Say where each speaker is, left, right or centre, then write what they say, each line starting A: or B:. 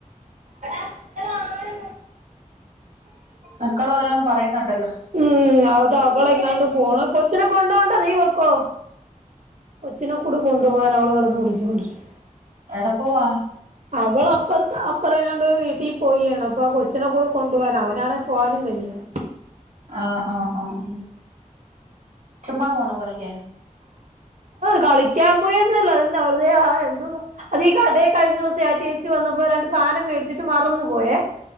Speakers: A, on the right; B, on the right.
A: എടാ <unintelligible> ആണ്
B: മക്കളോരോന്നു പറയുന്നുണ്ടല്ലോ
A: ഉം അത് അവളെങ്ങാണ്ട് പോണം കൊച്ചിനെ കൊണ്ട്പോണ്ട നീ പൊക്കോ കൊച്ചിനെ കൂടി കൊണ്ടു പോകാൻ അവള് കിടന്ന് വിളിച്ചുകൊണ്ടിരിക്കുന്നു.
B: എടെ പോവാ?
A: അവള് അപ്പുറത്താ അപ്പറേയാണ്ട് വീട്ടിൽ പോയിയാണ് അപ്പം കൊച്ചിനെ കൂടെ കൊണ്ടു പോകാനാ അവനാണേ പോകാനും കഴിയേല്ല
B: ആഹ് ആഹ് ആഹ് ഉം ചുമ്മാ പോണോ കളിക്കാൻ
A: കളിക്കാൻ പോയന്നല്ലോ എന്താ വെറുതെ ഹാ എന്തോന്ന് അത് ഈ കടയിൽകഴിഞ്ഞ ദിവസേ ആ ചേച്ചി വന്നപ്പോ രണ്ട് സാനം മേടിച്ചിട്ട് മറന്നു പോയേ